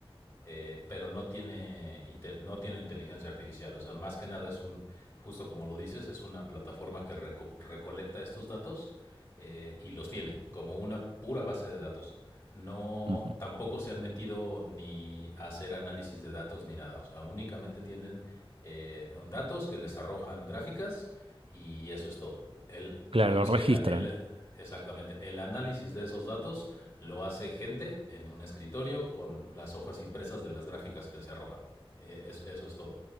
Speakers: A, on the left (about 25°); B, on the right (about 70°).
A: eh, pero no tiene, intel- no tiene inteligencia artificial. O sea, más que nada es un, justo como lo dices, es una plataforma que reco- recolecta estos datos eh, y los tiene como una pura base de datos. No,
B: Ujú.
A: tampoco se han metido ni a hacer análisis de datos ni nada. O sea, únicamente tienen eh, datos que les arrojan gráficas y eso es todo. El,
B: Claro,
A: digamos
B: lo registran.
A: que la- el, Exactamente. El análisis de esos datos lo hace gente en un escritorio con las hojas impresas de las gráficas que se arrojan. Eh, es- eso es todo.